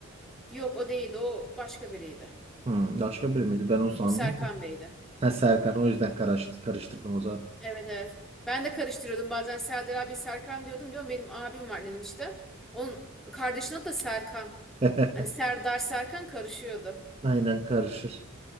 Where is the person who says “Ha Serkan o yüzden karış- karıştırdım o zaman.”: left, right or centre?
Right